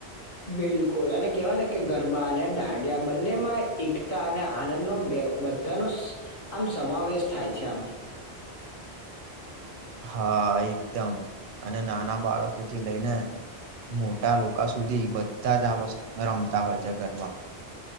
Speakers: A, on the left; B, on the right.
A: બિલકુલ અને કેહેવાય ને કે ગરબા અને દાંડિયા બંને માં એકતા અને આનંદ નો બે બધ ધનો સ આમ સમાવેશ થાય છે આમ
B: હા એકદમ અને નાના બાળકો થી લઈને મોટા લોકો સુધી બધા જ આ વસ રમતા હોય છે ગરબા